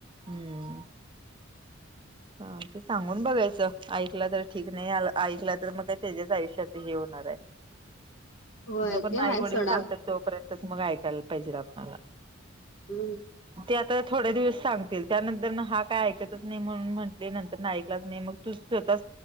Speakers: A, on the right (about 25°); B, on the left (about 70°).
A: हम्म.
B: <inaudible>
A: ह ते सांगून बघायचं ऐकलं तर ठीक नाही ऐकला तर मग का त्याच्याच आयुष्याच हे होणार आहे.
B: होय
A: जोपर्यंत
B: ते
A: आई
B: आहे
A: वडील
B: सोडा.
A: सांगतात तोपर्यंतच मग ऐकायला पाहिजे आपल्याला.
B: हम्म.
A: त्या. थोड्या दिवस सांगतील त्यानंतर हा काय ऐकतच नाही म्हणून म्हटले नंतर ना ऐकलाच नाही मग तू स्वतः.